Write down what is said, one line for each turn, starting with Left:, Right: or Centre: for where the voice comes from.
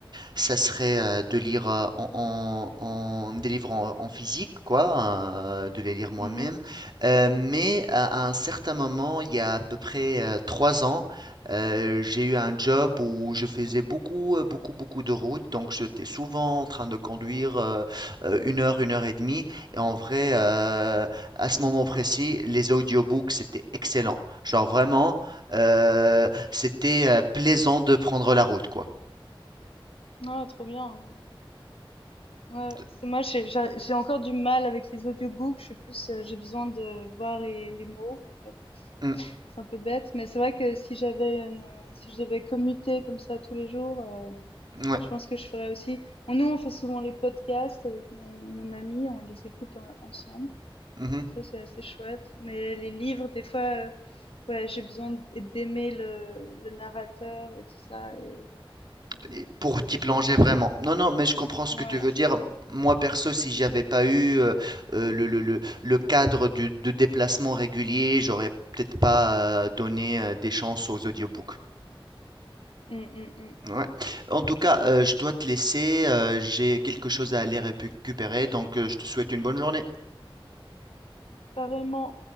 Right: Ça serait euh, de lire euh, en, en, en- des livres en, en physique, quoi, euh, de les lire moi-même.
Left: Mhm.
Right: Euh, mais à, à un certain moment, il y a à peu près euh, trois ans, euh, j'ai eu un job où je faisais beaucoup, euh, beaucoup, beaucoup de routes. Donc, j'étais souvent en train de conduire euh, euh, une heure, une heure et demie. Et en vrai, euh, à ce moment précis, les audiobooks, c'était excellent. Genre vraiment, euh, c'était euh, plaisant de prendre la route, quoi.
Left: Ah, trop bien. Ouais,
Right: De-
Left: c'est moi j'ai j'ai j'ai encore du mal avec les audiobooks, je suis plus euh, j'ai besoin de voir les les mots en fait.
Right: Mm,
Left: C'est un peu bête, mais c'est vrai que si j'avais une euh, si je devais commuter comme ça tous les jours, euh,
Right: ouais.
Left: je pense que je ferais aussi. Nous, on fait souvent les podcasts avec mon, mon ami, on les écoute en- ensemble.
Right: Mmh
Left: Ça, c'est assez chouette. Mais les livres, des fois, euh, ouais, j'ai besoin d- d'aimer le, le narrateur et tout ça. Et euh,
Right: et
Left: ouais,
Right: pour t'y
Left: ça
Right: plonger
Left: dépend.
Right: vraiment.
Left: quel-
Right: Non, non, mais je comprends ce
Left: Ouais,
Right: que tu veux
Left: c'est
Right: dire.
Left: ça.
Right: moi perso, si j'avais pas eu, heu heu, le le le le cadre du de déplacement régulier, j'aurais peut-être pas, heu, donné, heu, des chances aux audiobooks.
Left: Mm, mm, mm.
Right: Ouais. En tout cas, heu, je dois te laisser, heu, j'ai quelque chose à aller récupérer. donc, heu, je te souhaite une bonne journée.
Left: Pareillement.